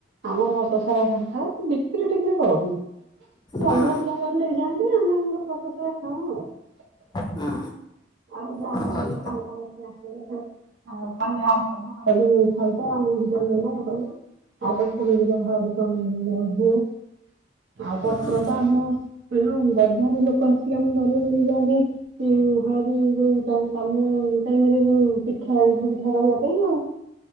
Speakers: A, on the right; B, on the left.
A: ଆମର ରଷ ସାରାଥା ଟିକରି ଟିକିରି କରନ୍ତି ସେ ଅ
B: ହଁ
A: ଜାଗର ଲ ଯାଆନ୍ତି ଆମଙ୍କର ବସସା ଖାଅ ଆଉ <unintelligible>
B: ହଁ
A: ଛ
B: ହଁ
A: ଆଉ
B: ଭଲ
A: ହଳଦୀ ସବ ଆଉ ପତ୍ର ତା ଆମ ଗଧାରୁ ଲୋକ ଆସିକି
B: ହଁ
A: ଆମ ଧର ମିଳିଯଆନ୍ତି। <unintelligible> <inaudible> ଆମେ ଯୋଉଁ ଟାଇମ ଟାଇମରେ ପାଳେ ଯୋଉ ପିଠା ଏଣ୍ଡୁରୀ ପିଠା କରିବା ପାଇଁ ଆଉ